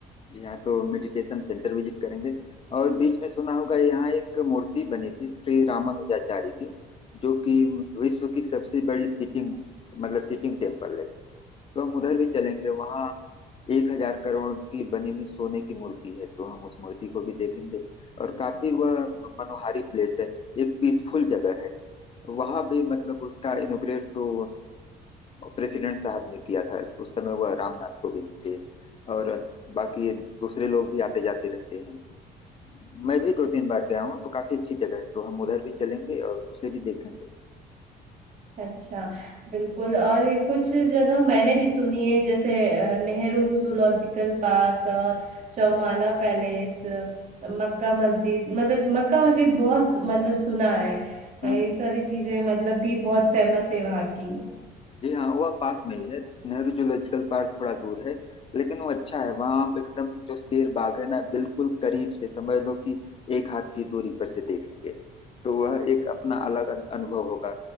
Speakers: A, on the left (about 35°); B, on the right (about 45°).
A: जी हाँ तो मेडिटेशन सेंटर विजिट करेंगे और बीच में सुना होगा यहाँ एक मूर्ति बनी थी श्री रामानुजाचार्य की जो कि विश्व की सबसे बड़ी सिटिंग मतलब सिटिंग टेम्पल है तो हम उधर भी चलेंगे वहाँ एक हजार करोड़ की बनी हुई सोने की मूर्ति है तो हम उस मूर्ति को भी देखेंगे और काफी वह मनोहारी प्लेस है एक पीसफुल जगह है वहां भी मतलब उसका इनोग्रेट तो प्रेसिडेंट साहब ने किया था तो उस समय वह रामनाथ कोविंद थे और बाकी दूसरे लोग भी आते जाते रहते हैं मैं भी दो तीन बार गया हूँ तो काफी अच्छी जगह है तो हम उधर भी चलेंगे और उसे भी देखेंगे
B: अच्छा बिल्कुल और ये कुछ जगह मैंने भी सुनी है जैसे अ, Nehru zoological park अ, Chowmahalla palace अ, मक्का मस्जिद मतलब मक्का मस्जिद बहुत मतलब सुना है अ,
A: हम्म
B: ये सारी चीजें मतलब भी बहुत फेमस है वहाँ की
A: जी हाँ वह पास में ही है नेहरू जूलॉजिकल पार्क थोड़ा दूर है लेकिन वो अच्छा है वहाँ आप एकदम जो शेर बाग है ना बिल्कुल करीब से समझ लो कि एक हाथ की दूरी पर से देखेंगे तो वह एक अपना अलग अन- अनुभव होगा